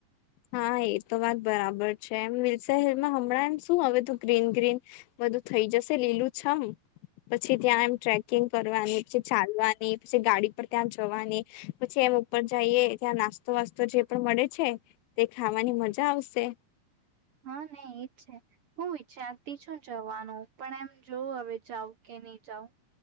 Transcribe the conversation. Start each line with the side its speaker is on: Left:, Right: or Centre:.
Left: હા એ તો વાત બરાબર છે, એમ <unintelligible> હમણાં એમ શું હવે તો ગ્રીન ગ્રીન બધું થઈ જાય. <unintelligible> લીલું <unintelligible> પછી ત્યાં એમ ટ્રેકિંગ કરવાની <unintelligible> ચાલવાની. પછી ગાડી પર ત્યાં જવાની પછી એમ ઉપર જઈએ ત્યાં નાસ્તો વાસ્તો જે પણ મળે છે. તે ખાવાની મજા આવશે.
Right: હા નઈ એ જ છે, હું ચારતી છું જવાનું પણ એમ જોવ હવે <unintelligible> કે નહી <unintelligible>